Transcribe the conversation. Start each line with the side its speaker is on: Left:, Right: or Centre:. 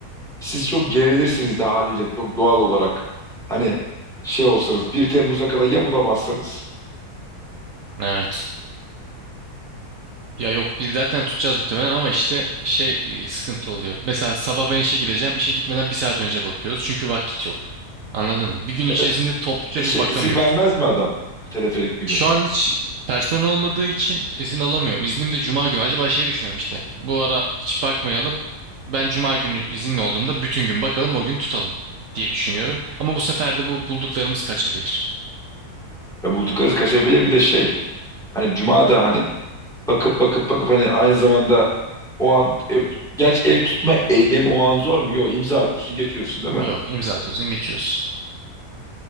Centre: siz çok gerilirsiniz de haliyle çok doğal olarak. Hani şey olsanız bir Temmuz'a kadar ya bulamazsanız.
Right: Evet. Ya yok biz zaten tutacağız muhtemelen ama işte şey e, sıkıntı oluyor. Mesela sabah ben işe gideceğim. İşe gitmeden bir saat önce bakıyoruz. Çünkü vakit yok. Anladın mı? Bir gün içerisinde
Centre: Evet.
Right: topluca
Centre: E şey,
Right: bir bakamıyoruz.
Centre: izin vermez mi adam? Teleferik bir
Right: Şu
Centre: gün.
Right: an hiç personel olmadığı için izin alamıyorum. İznim de cuma günü. Acaba şey düşünüyorum işte. Bu ara hiç bakmayalım. Ben cuma günü izinli olduğumda bütün gün bakalım o gün tutalım diye düşünüyorum. Ama bu sefer de bu bulduklarımız kaçabilir.
Centre: Ya bulduklarınız kaçabilir bir de şey. Hani Cuma da hani bakıp bakıp bakıp hani aynı zamanda o an ev, geç ev tutma eylemi o an zor mu? Yok imza atıyorsun geçiyorsun değil mi?
Right: Yok, imza atıyorsun, geçiyorsun.